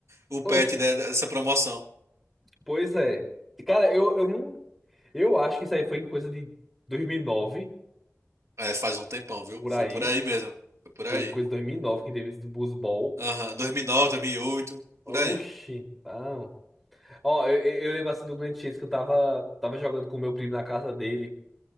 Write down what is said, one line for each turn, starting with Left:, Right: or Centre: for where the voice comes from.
Right: o pet,
Centre: Oxi,
Right: né, dessa promoção.
Centre: pois é. Cara, eu, eu não. Eu acho que isso aí foi em coisa de 2009,
Right: É, faz um tempão, viu?
Centre: por
Right: Foi
Centre: aí.
Right: por aí mesmo. Foi por aí.
Centre: Coisa de 2009 que teve esse busbol.
Right: Aham, 2009, 2008
Centre: Oxi,
Right: por aí.
Centre: ah. Ó, eu, eu eu lembro assim do grande Chase que eu tava, tava jogando com o meu primo na casa dele.